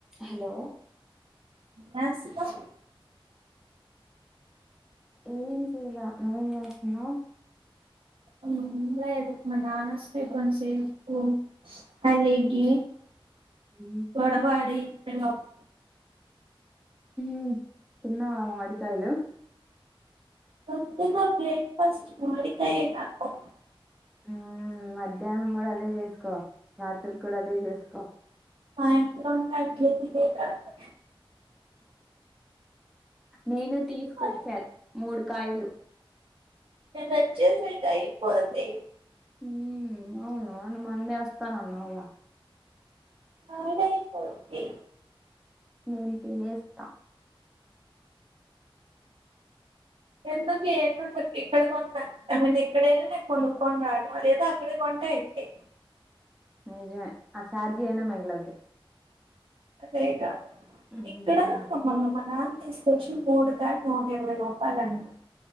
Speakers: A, in the centre; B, on the right.
A: Hello
B: యాస్దా
A: ఏం చేయల నువేం జేస్తున్నావ్
B: ఉమ్ లేదు మా నాన్నోస్తె కొంసేపు అలిగి
A: ఉమ్
B: గొడవాడి టెనోక్
A: ఊ తిన్నవా మాడి కాయలు
B: ప్రొద్దున్నే బ్రేక్ఫాస్ట్ మాడికాయనే పప్
A: ఊ మధ్యాహ్నం కూడా అదే చేసుకో నాత్రికి కూడా అదే చేసుకో
B: మా ఇంట్లో ఉంటే అట్లేతితే తంతా
A: నేను తీసుకొచ్చాను
B: మరి
A: మూడు కాయిలు
B: నేనొచ్చేసరికి ఐపోద్ది
A: ఊ అవున నువ్ మందేస్తానన్నావ్ గా
B: హార్డయిపోద్ది
A: మేం తినేస్త
B: ఎందుకు ఏటుంటది ఇక్కడ కొన్న ఐ మిన్ ఎక్కడైనా నేను కొనుక్కని రాడం అదేదో అక్కడ కొన్ టే ఐపోద్ది
A: నిజమే ఆ చార్జీఐన మిగులుద్ది
B: అదేగా
A: మ్మ్
B: ఇక్కడ మొన్న మాన తీసుకొచ్చి మూడు బ్యాగులు నూటిరవై రూపాయలండ్రి